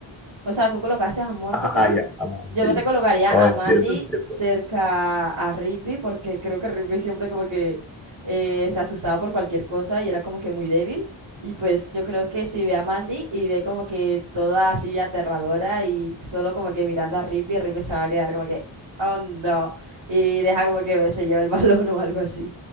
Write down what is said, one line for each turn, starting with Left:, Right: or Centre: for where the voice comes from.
Right: O sea, ¿tú colocaste a Mordecai?
Centre: Ajá, ya, Amandi.
Right: Yo que te colocaría
Centre: Oh,
Right: a
Centre: entiendo,
Right: Mandy
Centre: entiendo.
Right: cerca a Rigby, porque creo que Rigby siempre como que eh, se asustaba por cualquier cosa y era como que muy débil. Y pues yo creo que si ve a Mandy y ve como que toda así aterradora y solo como que mirando a Rigby, Rigby se va a quedar como que, oh no, y deja como que se lleva el <laughs> balón o algo así.